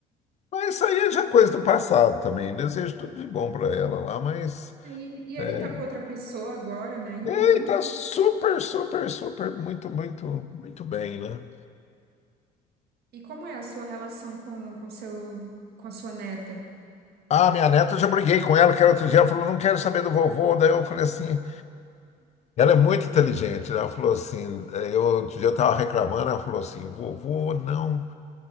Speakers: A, on the left; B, on the right.
A: Mas isso aí já é coisa do passado também. Desejo tudo de bom para ela lá, mas
B: Aí, e ele
A: é,
B: tá com outra pessoa agora, né? Então,
A: ele tá super, super, super, muito, muito, muito bem, né?
B: e como é a sua relação com, com seu, com a sua neta?
A: Ah, minha neta, eu já briguei com ela, que era outro dia, ela falou, não quero saber do vovô. Daí eu falei assim, ela é muito inteligente. né? Ela falou assim, eh, eu, outro dia eu estava reclamando, ela falou assim, vovô não,